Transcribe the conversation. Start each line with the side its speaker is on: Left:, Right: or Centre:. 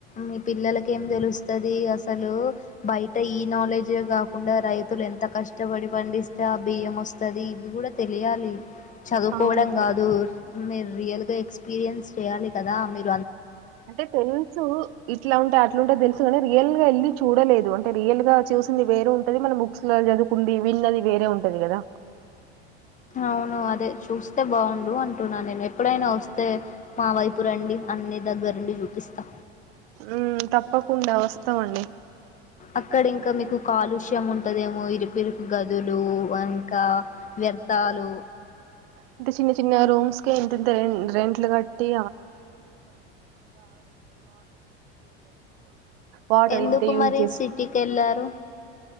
Left: మీ పిల్లలకు ఏం తెలుస్తది అసలు. బయట ఈ నాలెడ్జే కాకుండా, రైతులు ఎంత కష్టపడి పడిస్తే, అ బియ్యం వస్తాది తెలియాలి. చదువుకోవడం
Right: అవును
Left: గాదు రియల్ గా ఎక్స్పీరియన్స్ చేయాలి కదా. మీర్
Right: అంటే తెలుసు ఇట్లా ఉంటే, అట్లుంటే తెలుసు రియల్ గా వెళ్ళి చూడలేదు, అంటే రియల్ గా చూసింది వేర్ గా ఉంటది. మనం బుక్స్ లో చదువుకుంది, వీళ్ళది వేర్ గా ఉంటది కదా
Left: అవును అదే చూస్తే బాగుండు అంటున్నా, నేను ఎప్పుడైనా వస్తే, మా వైపు రండి అన్ని దగ్గరుండి చూపిస్తా.
Right: ఉమ్ తప్పకుండా వస్తామండి.
Left: అక్కడ ఇంకా మీకు కాలుష్యం ఉంటదేమో ఇరుకు ఇరుకు గదులు అ ఇంకా వ్యర్థాలు.
Right: ఇంత చిన్న చిన్న రూమ్స్ కి ఇంతింత రెంట్లు కట్టి వాటర్
Left: ఎందుకు
Right: ఇంతే యూజ్
Left: మరి
Right: చేసు
Left: సిటీకి కెళ్లారు.